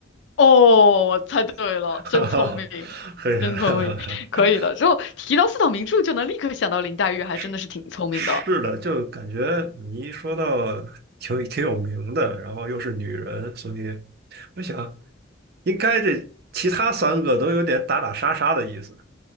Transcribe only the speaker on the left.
哦，猜对了，
真聪明，
真聪明，
可以的。之后提到四大名著，就能立刻想到林黛玉，还真的是挺聪明的。